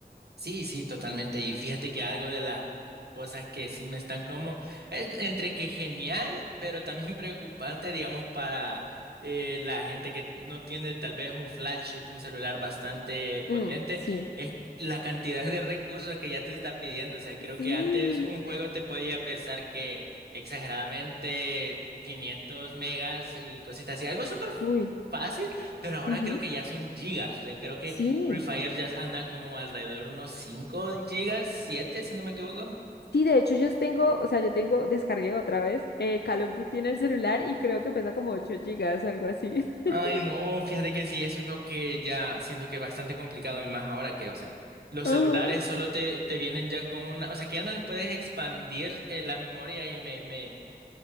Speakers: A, on the right; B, on the left.
A: Sí, sí, totalmente. Y fíjate que algo de las cosas que sí me están como eh, entre que genial, pero también <laughs> preocupante, digamos, para eh, la gente que no tiene tal vez un flagship, un celular bastante potente,
B: Mm, sí.
A: es la cantidad de recursos que ya te está pidiendo. O sea, creo
B: Sí.
A: que antes un juego te podía pesar que exageradamente 500 megas y cositas así, algo súper
B: Uy.
A: fácil, pero ahora
B: ujú,
A: creo que ya son gigas. O sea, creo que
B: Sí.
A: Free Fire ya anda como alrededor de unos 5 gigas, 7 si no me equivoco.
B: Sí, de hecho yo tengo, o sea, yo tengo, descargué otra vez eh, Call of Duty en el celular y creo que pesa como 8 gigas, algo así. <laughs>
A: Ay, no, fíjate que sí, eso es lo que ya siento que es bastante complicado y más ahora que, o sea, los
B: Ajá.
A: celulares solo te, te vienen ya con una, o sea, que ya no les puedes expandir eh, la memoria y me, me,